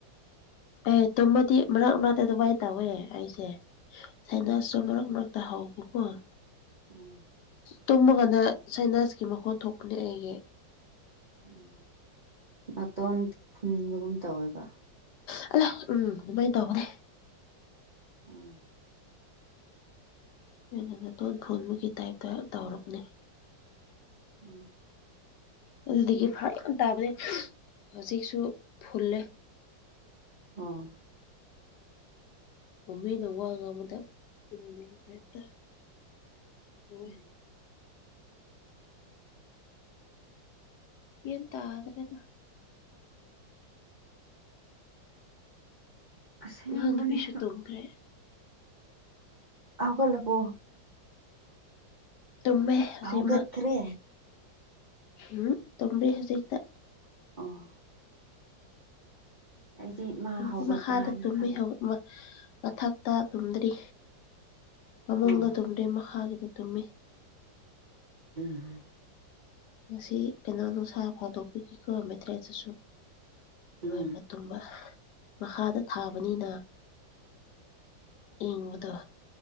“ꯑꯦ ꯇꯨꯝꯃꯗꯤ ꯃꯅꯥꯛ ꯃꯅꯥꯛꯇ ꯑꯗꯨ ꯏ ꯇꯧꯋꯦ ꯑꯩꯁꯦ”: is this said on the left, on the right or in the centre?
Left